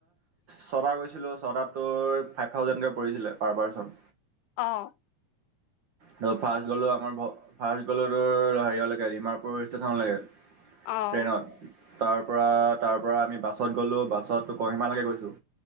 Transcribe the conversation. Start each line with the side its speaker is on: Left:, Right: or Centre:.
Right: ছটা গৈছিলো ছটা ফাইভ থাউজেণ্ডকে। কৰিছিলে পাৰ পাৰ্চন।
Left: অহ ',
Right: ত' ফাৰ্ষ্ট গ'লো আমাৰ ফাৰ্ষ্ট গ'লটোৰ হাৰালৈকে ডিমাপুৰ ষ্টেচনলৈকে।
Left: অ
Right: ট্ৰেইনত তাৰ পৰা - তাৰ পৰা আমি বাছত গ'লোঁ বাছতো কহিমালৈকে গৈছো।